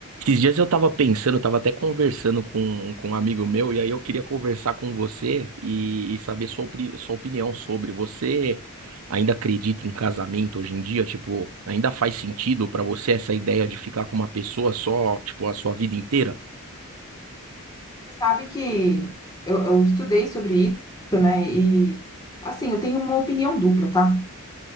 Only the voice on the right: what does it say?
Esses dias eu tava pensando, eu tava até conversando com, com um amigo meu, e aí eu queria conversar com você e, e saber sua, opri- sua opinião sobre. Você ainda acredita em casamento hoje em dia? Tipo, ainda faz sentido pra você essa ideia de ficar com uma pessoa só, tipo, a sua vida inteira?